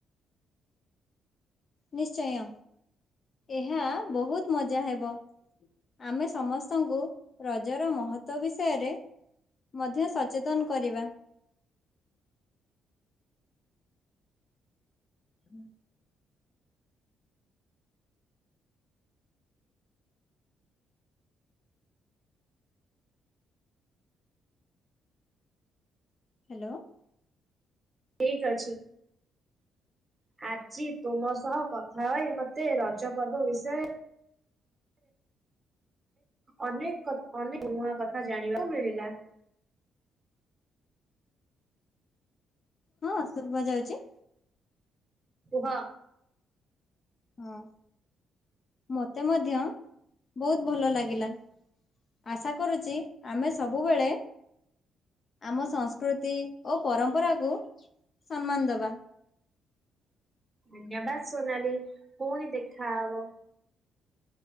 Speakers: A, on the left (about 45°); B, on the right (about 15°).
A: ନିଶ୍ଚୟ ଏହା ବହୁତ ମଜା ହେବ। ଆମେ ସମସ୍ତଙ୍କୁ ରଜର ମହତ୍ବ ବିଷୟରେ ମଧ୍ୟ ସଚେତନ କରିବା। ହୁଁ। ହ୍ୟାଲୋ।
B: ଠିକ ଅଛି। ଆଜି ତୁମ ସହ କଥା ହଇ ମୋତେ ରଜ ପର୍ବ ବିଷୟରେ ଅନେକ୍ ନୂଆ କଥା ଜାଣିବାକୁ ମିଳିଲା।
A: ହଁ ଶୁଭା ଯାଉଛି।
B: କୁହ?
A: ହଁ ମତେ ମଧ୍ୟ ବହୁତ ଭଲ ଲାଗିଲା। ଆଶା କରୁଛି ଆମେ ସବୁବେଳେ ଆମ ସଂସ୍କୃତି ଓ ପରମ୍ପରାକୁ ସମ୍ମାନ ଦବା।
B: ଧନ୍ୟବାଦ ସୋନାଲି ପୁଣି ଦେଖାହବ।